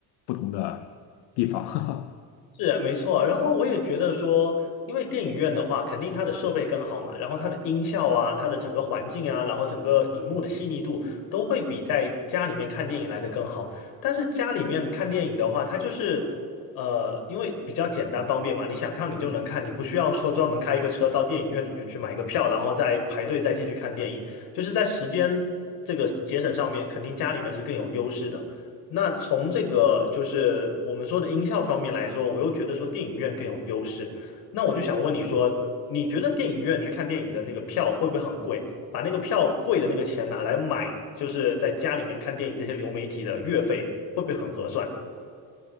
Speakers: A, on the left; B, on the left.
A: 不同的地方。<laughs>
B: 是没错，然后我也觉得说，因为电影院的话，肯定它的设备更好嘛，然后它的音效啊，它的整个环境啊，然后整个荧幕的细腻度都会比在家里面看电影来的更好。但是家里面看电影的话，它就是呃，因为比较简单方便嘛，你想看你就能看，你不需要说专门开一个车到电影院里面去买个票，然后再排队再进去看电影，就是在时间这个节省上面，肯定家里面是更有优势的。那从这个就是我们说的音效方面来说，我又觉得说电影院更有优势。那我就想问你说，你觉得电影院去看电影的那个票会不会很贵？把那个票贵的那个钱拿来买，就是在家里面看电影这些流媒体的月费，会不会很合算？